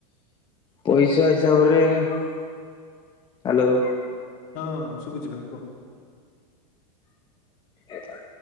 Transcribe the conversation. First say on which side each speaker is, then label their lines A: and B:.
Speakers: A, on the left; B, on the left.
A: ପଇସା ହିସାବରେ ହ୍ୟାଲୋ।
B: ହଁ ଶୁଭୁ ଯିବା କୁହ।
A: ଏ ବା।